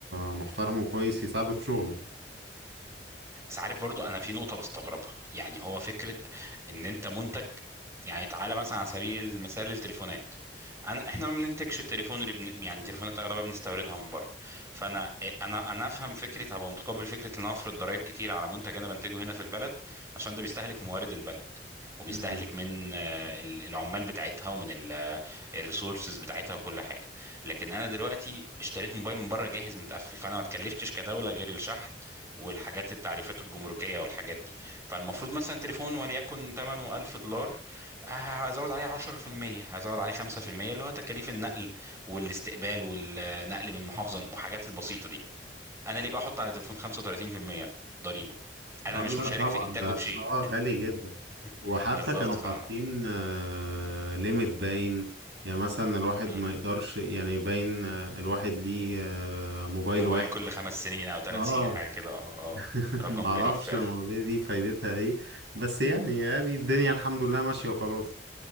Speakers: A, on the right; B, on the right.
A: محترم وكويس يساعده في شغله
B: مم. بس عارف برضو انا في نقطة بستغربها يعني هو فكرة ان انت منتج يعني تعالى مثلا على سبيل المثال التليفونات انا احنا ما بننتجش التليفون اللي بن... يعني التليفونات اغلبها بنستوردها من بره فانا إيه، انا انا افهم فكرة هبقى متقبل فكرة ان انا افرض ضرائب كتير على منتج انا بنتجه هنا في البلد عشان ده بيستهلك موارد البلد وبيستهلك
A: مم.
B: من آه، ال- العمال بتاعتها ومن الريسورسز بتاعتها وكل حاجة لكن انا دلوقتي اشتريت موبايل من بره جاهز متقفل فانا ما اتكلفتش كدولة غير الشحن والحاجات التعريفات الجمركية والحاجات دي فالمفروض مثلا تليفون وليكن ثمنه 1000 دولار ه- هزود عليه 10% هزود عليه 5% اللي هو تكاليف النقل والاستقبال والنقل من محافظة وحاجات البسيطة دي انا ليه بقى احط على تليفون 35% ضريبة انا
A: اه
B: مش
A: لا
B: مشارك
A: طبعا
B: في انتاجه
A: ده
B: بشيء
A: اه غالي جدا
B: <laughs>
A: وحتى
B: بالظبط
A: كانوا
B: ف
A: حاطين آه ليميت باين يعني مثلا الواحد
B: مم.
A: ما يقدرش يعني باين آه، الواحد ليه آه موبايل
B: موبايل
A: واحد
B: كل خمس سنين او ثلاث
A: اه
B: سنين حاجة كده اه اه
A: <laughs>
B: رقم
A: معرفش
B: غريب فعلا
A: المواضيع دي فايدتها ايه بس يعني ادي الدنيا الحمد لله ماشية وخلاص